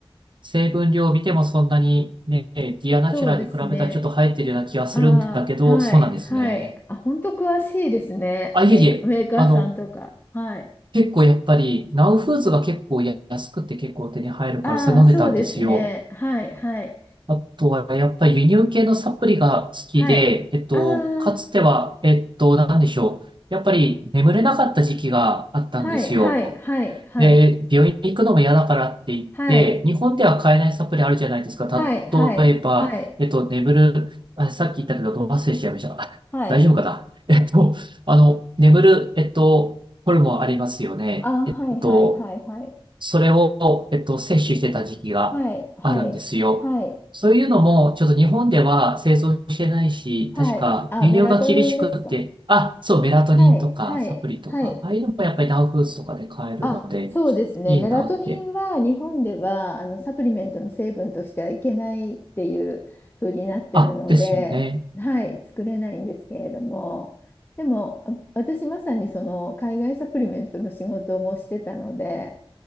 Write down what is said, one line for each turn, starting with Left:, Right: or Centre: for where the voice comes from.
Right: 成分量を見てもそんなにね、ディアナチュラに比べたらちょっと入ってるような気がするんだけど、
Left: そうですね。ああ、はい、
Right: そうなんですね。
Left: はい。あ、本当詳しいですね。
Right: あ、
Left: メーカー、
Right: いえいえ。
Left: メーカーさんとか。
Right: あの、
Left: はい。
Right: 結構やっぱり、ナウフーズが結構安くて結構手に入るから、
Left: ああ、
Right: それ飲んでたんですよ。
Left: そうですね。はい、はい、
Right: あとは、やっぱり輸入系のサプリが好きで、
Left: はい。
Right: えっと、
Left: ああ、
Right: かつては、えっと、なんでしょう。やっぱり眠れなかった時期があったんですよ。
Left: はい、はい、はい、はい、
Right: で、病院に行くのも嫌だからって言って、
Left: はい、
Right: 日本では買えないサプリあるじゃないですか。
Left: はい、はい、
Right: 例えば、
Left: はい、
Right: えっと、眠る、あ、さっき言ったけど、忘れちゃいました。<laughs>
Left: はい。
Right: 大丈夫かなえっと、あの、眠る、えっと、ホルモンありますよね。
Left: ああ、
Right: えっと、
Left: はい、はい、はい、はい、
Right: それを、えっと、摂取してた時期があるんですよ。
Left: はい、はい、はい、
Right: そういうのも、ちょっと日本では製造してないし、
Left: はい。
Right: 確か輸入が厳しくって、
Left: あ、メラトニンですか。
Right: あ、そう、メラトニンとかサプリとか、
Left: はい、はい、はい。
Right: ああいうのもやっぱりダウフーズとかで買えるので、
Left: あ、そうですね。
Right: いいなって。
Left: メラトニンは日本ではあのサプリメントの成分としてはいけないっていう風になってるので、
Right: あ、ですよね。
Left: はい、作れないんですけれども、でもあ私まさにその海外サプリメントの仕事もしてたので、